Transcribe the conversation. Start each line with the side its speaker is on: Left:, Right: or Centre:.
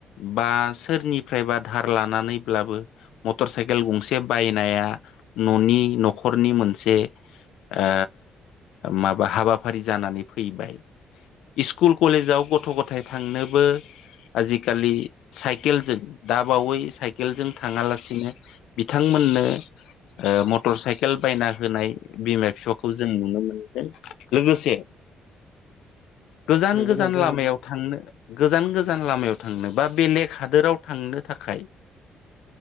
Left: बा सोरनिफ्रायबा धार लानानैब्लाबो मटर साइकेल गंसे बायनाया न'नि न'खरनि मोनसे ओ माबा हाबाफारि जानानै फैबाय। इस्कुल कलेजाव गथ' गथाय थांनोबो आजिखालि साइकेलजों दाबावै साइकेलजों थाङालासिनो बिथांमोन। नो। ओ मटर साइकेल बायना होनाय बिमा बिफाखौ जों नुनो मोनदों लोगोसे। गोजान
Centre: नंगौ
Left: - गोजान
Centre: नोंथां
Left: लामायाव
Centre: नंगौ
Left: थांनो गोजान- गोजान। लामायाव थांनो बा बेलेख हादोराव थांनो थाखाय।